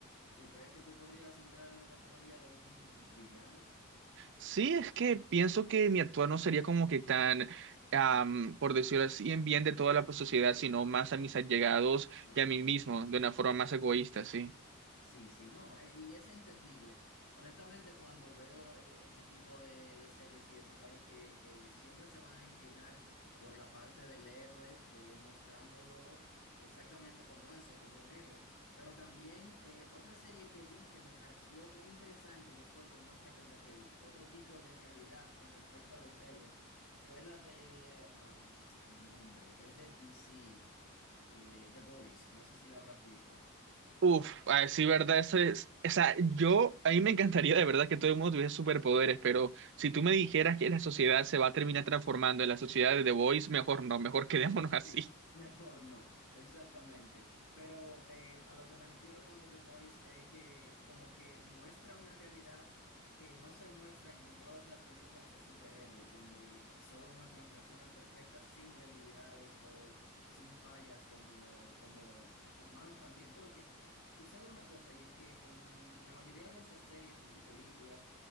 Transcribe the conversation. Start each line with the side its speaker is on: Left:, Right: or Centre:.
Left: ¿tú crees que tú podrías entrar en la categoría de un villano?
Right: Sí, es que pienso que mi actuar no sería como que tan, am, por decirlo así, en bien de toda la sociedad, sino más a mis allegados
Left: Ah,
Right: y a mí
Left: pues
Right: mismo,
Left: entiendo,
Right: de
Left: sí.
Right: una forma más egoísta, sí.
Left: Sí, sí, no, eh, y es entendible. Honestamente, cuando veo eh, ese tipo de, de series y eso, sabes que eh, siempre se van a inclinar por la parte del héroe, eh, mostrándolo exactamente como eso, como un héroe. Pero también eh, otra serie que vi que me pareció muy interesante y es porque muestra como que u- otro tipo de realidad con respecto a los héroes fue la de, ah, el nombre, es de DC, eh, The Boys, no sé si la habrás visto.
Right: Uf, a decir verdad, eso es, o sea, yo, a mí me encantaría de verdad que todo el mundo tuviese superpoderes, pero si tú me dijeras que la sociedad se va a terminar transformando en la sociedad de The Voice, mejor no, mejor quedémonos <laughs> así.
Left: Sí, <laughs> mejor no, exactamente. Pero eh, a lo que me refiero con The Voice es que como que muestra una realidad que no se muestran en todas las películas de superhéroes, donde solo muestran personas perfectas sin debilidades o sin fallas como, como humanos también. Porque sucede una cosa y es que en la mayoría de esas series y películas